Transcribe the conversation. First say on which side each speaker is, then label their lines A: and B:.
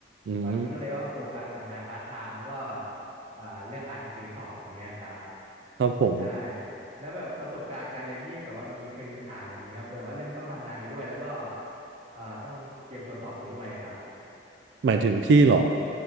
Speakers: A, on the right; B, on the right.
A: อืม
B: ตอนนี้ก็เลยว่าโฟกัสกับงานพาร์ทไทม์แล้วก็เอ่อเรื่องอ่านหนังสือสอบอย่างเงี้ยครับ
A: ครับผม
B: ใช่แล้วแบบประสบการณ์การเรียนพี่แบบว่ามีเคยมีปัญหาอะไรอย่างงี้ครับแบบว่าเรื่องต้องทำงานไปด้วยแล้วก็เอ่อต้องเตรียมตัวสอบไปด้วยครับ
A: หมายถึงพี่เหรอ